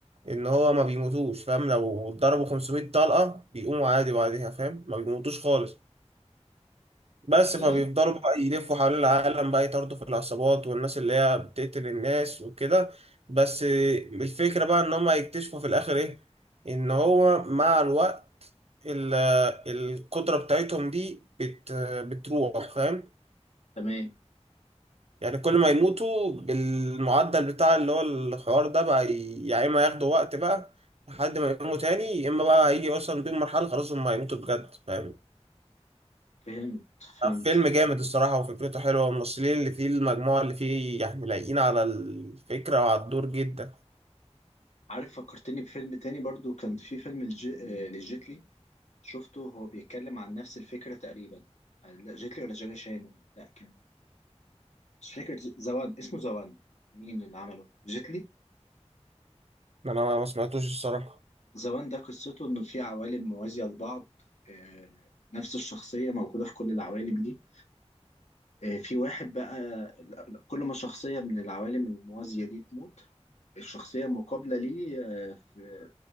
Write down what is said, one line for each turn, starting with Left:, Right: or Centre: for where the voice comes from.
Right: إن هو ما بيموتوش فاهم لو اتضربوا 500 طلقة بيقوموا عادي بعدها فاهم ما بيموتوش خالص بس
Left: ده
Right: فبيفضلوا بقى يلفوا حوالين العالم بقى يطاردوا في العصابات والناس اللي هي بتقتل الناس وكده بس الفكرة بقى إن هما يكتشفوا في الآخر إيه إن هو مع الوقت ال- القدرة بتاعتهم دي بت بتروح فاهم
Left: تمام
Right: يعني كل ما يموتوا بالمعدل بتاع اللي هو الحوار ده بقى ي- يا اما ياخدوا وقت بقى لحد ما يقوموا تاني يا اما بقى هيجي اصلا بيهم مرحلة خلاص هم هيموتوا بجد فاهم
Left: فهمت فهمت
Right: فيلم جامد الصراحة وفكرته حلوة والممثلين اللي فيه المجموعة اللي فيه يعني لايقين على الفكرة وعلى الدور جدا
Left: عارف فكرتني بفيلم تاني برضه كان في فيلم الج... لجيتلي شفته هو بيتكلم عن نفس الفكرة تقريبا لا جيتلي ولا جاكي شان لا كان مش فاكر ج- زوان اسمه زوان مين اللي عمله جيتلي
Right: انا ما ما سمعتوش الصراحة
Left: زوان ده قصته انه في عوالم موازية لبعض آه، نفس الشخصية موجودة في كل العوالم دي آه، في واحد بقى لا- كل ما شخصية من العوالم الموازية دي تموت الشخصية المقابلة ليه آه، في-